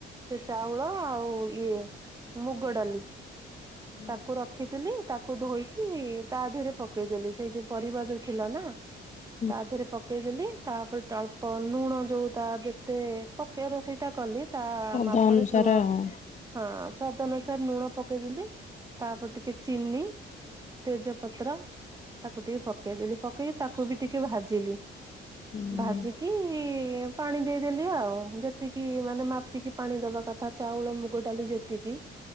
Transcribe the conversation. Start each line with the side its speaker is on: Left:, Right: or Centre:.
Right: ସେ ଚାଉଳ ଆଉ ଇଏ ମୁଗଡାଲି।
Left: <unintelligible>
Right: ତାକୁ ରଖିଥିଲି। ତାକୁ ଧୋଇକି ତା ଧିଏରେ ପକେଇଦେଲି ସେଇ ଯୋଉ ପରିବା ଯୋଉ ଥିଲା ନା।
Left: <unintelligible>
Right: ତା ଦେହେରେ ପ ପକେଇଦେଲି। ତାପରେ ଟ ଅଳ୍ପ ଲୁଣ ଯୋଉ ତା ଯେତେ ପକେଇ ରୋଷେଇଟା କଲି। ତା
Left: ଶବ୍ଦ
Right: ମାପରେ
Left: ଅନୁସାରେ
Right: ଲୁଣ ହଁ
Left: ଆଉ।
Right: ସ୍ୱାଦ ଅନୁସାରେ ଲୁଣ ପକେଇଦେଲି। ତାପରେ ଟିକେ ଚିନି, ତେଜ ପତ୍ର ତାକୁ ଟିକେ ପକେଇଦେଲି ପକ୍ ପକେଇ ତାକୁ ବି ଟିକେ ଭାଜିଲି।
Left: ହୁଁ
Right: ଭାଜିକି କି ପାଣି ଦେଇଦେଲି। ଆଉ ଯେତିକି ମାନେ ମାପିକି ପାଣି ଦବା କଥା ଚାଉଳ ମୁଗ ଡାଲି ଯେତିକି